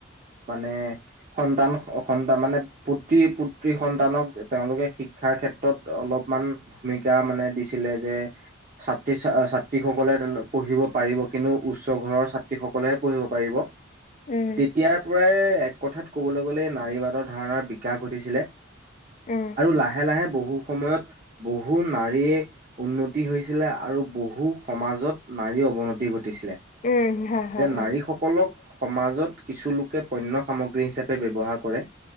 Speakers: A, on the right; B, on the left.
A: মানে সন্তান সন্তান, মানে, পুত্ৰী, পুত্ৰী সন্তানক তেওঁলোকে শিক্ষাৰ ক্ষেত্ৰত অলপমান ভূমিকা মানে দিছিলে যে, ছাত্ৰী, ছাত্ৰীসকলে পঢ়িব পাৰিব, কিন্তু উচ্চ ঘৰৰ সকলেহে পঢ়িব পাৰিব
B: উম
A: তেতিয়াৰ পৰাই তেওঁলোকৰ কথাত ক'বলৈ গ'লে নাৰীবাদৰ ধাৰণাৰ বিকাশ ঘটিছিলে,
B: উম
A: আৰু লাহে লাহে বহু সময়ত বহু নাৰীৰ উন্নতি হৈছিলে, আৰু বহু সমাজত নাৰীৰ অৱনতি ঘট ঘতিছিলে এতিয়া
B: উম হয় হয়
A: নাৰীসকলক সমাজত কিছু লোকে পণ্য সামগ্ৰী হিচাপে ব্যৱহাৰ কৰে